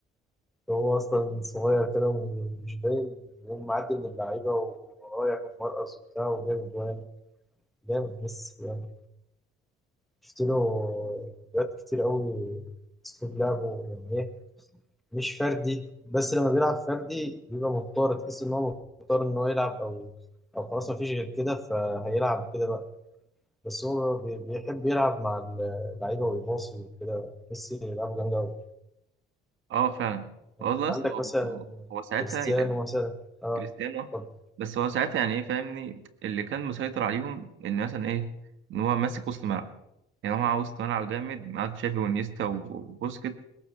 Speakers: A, in the centre; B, on the right.
A: هو أصلا صغير كده ومش باين وهو معدي من اللعيبة ورايح ومرقص وبتاع وجاب جوان جامد ميسي يعني شفت له فيديوهات كتير قوي أسلوب لعبه يعني إيه مش فردي بس لما بيلعب فردي بيبقى مضطر تحس إن هو مضطر إن هو يلعب أو أو خلاص مفيش غير كده فهيلعب كده بقى بس هو بي- بيحب يلعب مع اللعيبه ويباصي وكده ميسي لعبه جامد قوي
B: اه فعلا والله
A: يعني عندك
B: اصلا هو
A: مثلا
B: هو ساعتها
A: كريستيانو
B: يعني
A: مثلا اه
B: كريستيانو
A: اتفضل.
B: بس هو ساعتها يعني ايه فاهمني اللي كان مسيطر عليهم ان مثلا ايه ان هو ماسك وسط ملعب يعني هو معاه وسط ملعب جامد معاه تشافي وانيستا وبوسكيت